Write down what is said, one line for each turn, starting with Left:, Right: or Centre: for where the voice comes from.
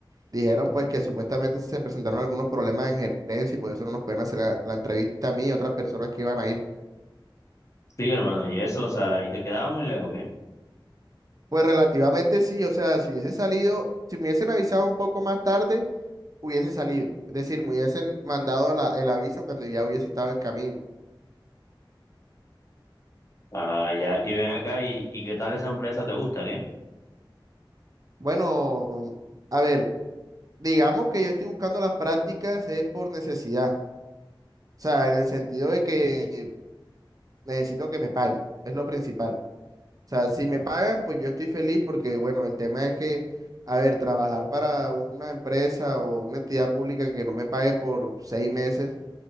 Right: dijeron pues que supuestamente se presentaron algunos problemas en gerencia y por eso no nos pueden hacer la, la entrevista a mí y a otras personas que iban a ir.
Left: Sí, hermano, y eso, o sea, y te quedaba muy lejos, ¿qué?
Right: Pues relativamente sí, o sea, si hubiese salido, si me hubiesen avisado un poco más tarde. hubiese salido. Es decir, me hubiesen mandado la- el aviso cuando ya hubiese estado en camino.
Left: Ah, ya, y ven acá, y, y qué tal esa empresa? ¿Te gusta, qué?
Right: Bueno, a ver, digamos que yo estoy buscando las prácticas es por necesidad. O sea, en el sentido de que necesito que me paguen. Es lo principal. O sea, si me pagan, pues yo estoy feliz porque, bueno, el tema es que, a ver, trabajar para una empresa o una entidad pública que no me pague por seis meses.